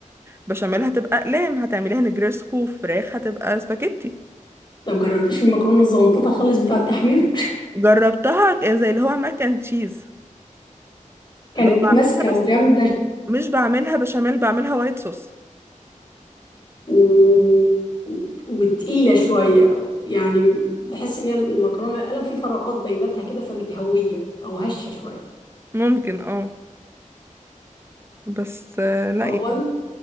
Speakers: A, on the right (about 20°); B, on the left (about 35°).
A: وبشاميل هتبقى اقلام هتعمليها نجريسكو فراخ هتبقى سباكيتي
B: طب جربتيش المكرونة الزغنططة خالص بتاع التحمير
A: جربتها ك- زي اللي هو ماك اند تشيز
B: <laughs> كانت
A: اللي هو
B: ماسكة
A: بعملها بس
B: وجامدة
A: مش بعملها بشاميل بعملها وايت صوص
B: و... وتقيلة شوية يعني تحس ان هي المكرونة القلم في فراغات بيناتها كده فمتهوية او هشة شوية
A: <laughs> ممكن اه بس آه، لا
B: هو
A: يعني
B: انت